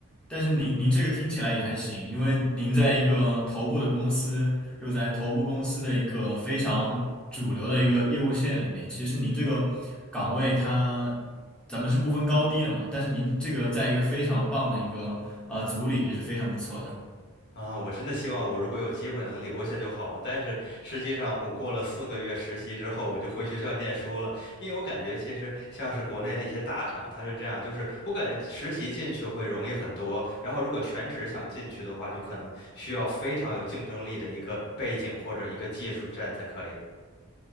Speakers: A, in the centre; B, on the left.
A: 但是您您这个听起来也还行，因为您在一个头部的公司，又在头部公司的一个非常主流的一个业务线里面，其实您这个岗位它，咱们是不分高低的嘛，但是您这个在一个非常棒的一个呃组里也是非常不错的。
B: 啊，我真的希望我如果有机会能留下就好了。但是实际上，我过了四个月实习之后，我就回学校念书了，因为我感觉其实像是国内的一些大厂，它是这样，就是我感觉实习进去会容易很多，然后如果全职想进去的话，就可能需要非常有竞争力的一个背景或者一个技术站才可以。